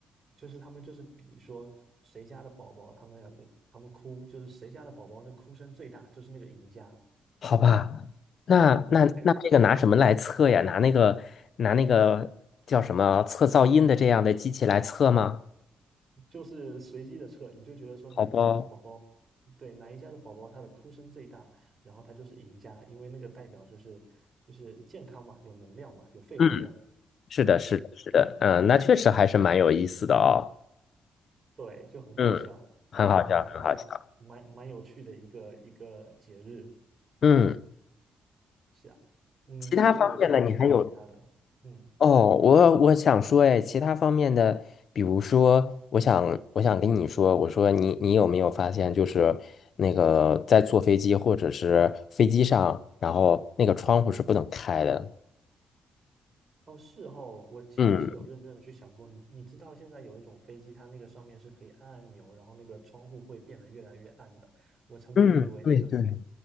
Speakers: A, on the right (about 40°); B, on the left (about 60°).
A: 就是他们就是比说谁家的宝宝，他们要他们哭，就是谁家的宝宝那哭声最大，就是那个赢家，
B: 好吧，那那那这个拿什么来测呀？
A: <laughs>
B: 拿那个拿那个叫什么测噪音的这样的机器来测吗？
A: 就是随机的测，你就觉得说哪一家的宝宝，
B: 好吧，
A: 对，哪一家的宝宝他的哭声最大，然后他就是赢家，因为那个代表就是就是健康嘛，有能量嘛，有肺活量。
B: 嗯，是的，是的，是的，嗯，那确实还是蛮有意思的哦。
A: 对，就很好笑，
B: 嗯，很好笑，
A: 就是蛮蛮蛮蛮有趣的一个一个节日。
B: 很好笑。嗯，
A: 是啊，嗯，
B: 其他方面呢，
A: 你有没有知道什么其他的？
B: 你还有？
A: 嗯，
B: 哦，我我想说，哎，其他方面的，比如说，我想我想跟你说，我说你你有没有发现，就是那个在坐飞机或者是飞机上，然后那个窗户是不能开的。
A: 哦，事后我其实是有认真的去想过，
B: 嗯。
A: 你你知道现在有一种飞机，它那个上面是可以按按钮，然后那个窗户会变得越来越暗的。我曾经以为那个，
B: 嗯，对对。